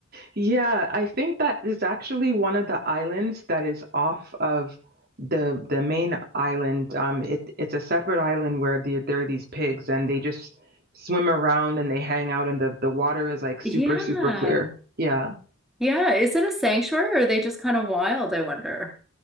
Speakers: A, on the right; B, in the centre.
A: Yeah, I think that is actually one of the islands that is off of the the main island. Um, it it's a separate island where the, there are these pigs and they just swim around and they hang out and the the water is like super
B: Yeah.
A: super clear. Yeah.
B: Yeah. Is it a sanctuary or are they just kind of wild, I wonder?